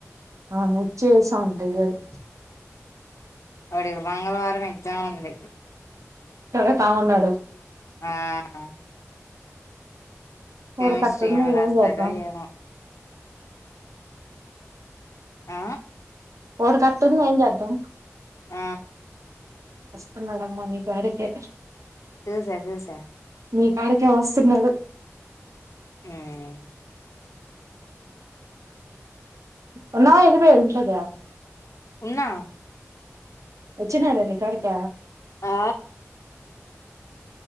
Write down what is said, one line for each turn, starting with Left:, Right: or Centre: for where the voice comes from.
Right: ఆనుచ్చే సందిగడు
Left: వాడికి మంగళవారం ఎగ్జామ్ ఉంది
Right: పెడతా ఉన్నాడు
Left: ఆ ఉమ్ కెమిస్ట్రీ
Right: వాడికి అట్టుంది
Left: ఏమి రాస్తాడో
Right: ఏం చేద్దాం
Left: ఏమో ఆ
Right: వాడికి కట్టుంది ఏం చేద్దాం
Left: ఆ
Right: వస్తున్నాడమ్మా మీకాడికె
Left: చూసా చూసా
Right: మీ కాడికే వస్తున్నాడు
Left: ఉమ్
Right: వున్నావ్ ఎల్లిపోయావ్ ఇంట్లోకే
Left: ఉన్నా
Right: వచ్చినదా మీ కాడిక
Left: ఆ